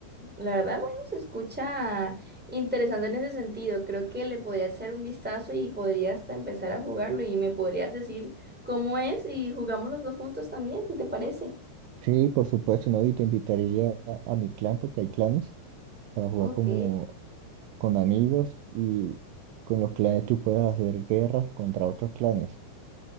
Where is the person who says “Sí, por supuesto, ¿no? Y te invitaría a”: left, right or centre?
Right